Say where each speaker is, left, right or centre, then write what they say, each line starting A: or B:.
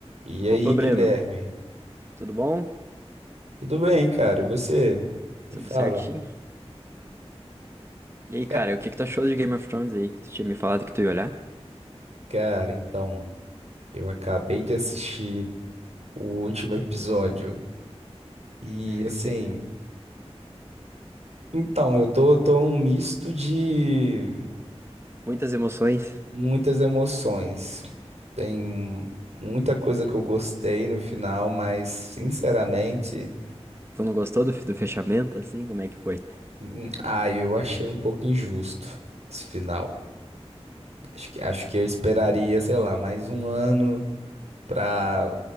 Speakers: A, on the right; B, on the right.
A: E
B: Opa,
A: aí,
B: Breno,
A: Guilherme?
B: tudo bom?
A: Tudo bem, cara? E você? Me
B: Tudo
A: fala.
B: certinho? E aí,
A: Ca-
B: cara, o que que tu achou de Game of Thrones aí? Que tu tinha me falado que tu ia olhar?
A: Cara, então, eu acabei de assistir o último episódio. E
B: <laughs>
A: assim, então, eu tô, tô um misto de
B: Muitas emoções.
A: muitas emoções. Tem muita coisa que eu gostei no final, mas sinceramente,
B: Tu não gostou do, do fechamento, assim? Como é que foi?
A: hum, ah, eu achei um pouco injusto esse final. Acho que, acho que eu esperaria, sei lá, mais um ano. Pra